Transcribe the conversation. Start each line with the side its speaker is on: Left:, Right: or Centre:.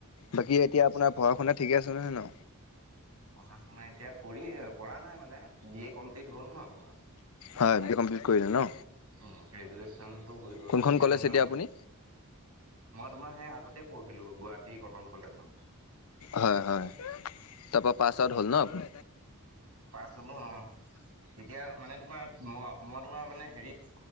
Left: বাকী এতিয়া আপোনাৰ পঢ়া শুনা ঠিকে আছে নহয় ন।
Right: পঢ়া শুনা এতিয়া কৰি কৰা নাই মানে বি এ কমপ্লিট হ'ল ন তোমাৰ-
Left: হয় বি কমপ্লিট কৰিলে ন,
Right: উ গ্ৰজুৱেশনটো হৈ গ'ল
Left: কোনখন
Right: এতিয়া
Left: কলেজ
Right: মই
Left: আপুনি
Right: তোমাৰ সেই আগতে পঢ়িলো গুৱাহাটী কটন কলেজত।
Left: হয় হয়। তাৰপৰা পাছ আউট হ'ল ন আপনি।
Right: পাছ অ এতিয়া মানে তোমাৰ মই মই তোমাৰ মানে হেৰিত